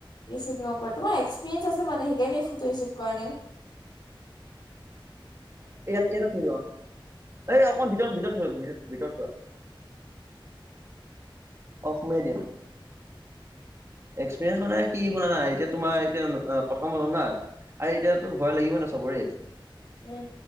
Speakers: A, on the left; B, on the right.
A: ৰিচি ন মই এক্সপিৰিয়েন্ঞ্চ আছে। মানে সেইকাৰণে এই ফোনটো ৰিচিভ কৰা নাই।
B: এইয়াতে থৈ যোৱা এই অকমান ভিতৰত ভিতৰত থৈ ভিতৰত। ভিতৰত থোৱা অ' সোমাই দিয়া। এক্সপিৰিয়েঞ্চ মানে কি শুনা নাই এতিয়া তোমাৰ এতিয়া প্ৰথম প্ৰথম না আ এতিয়াতো ভয় লাগিবই ন চাবৰে।
A: উম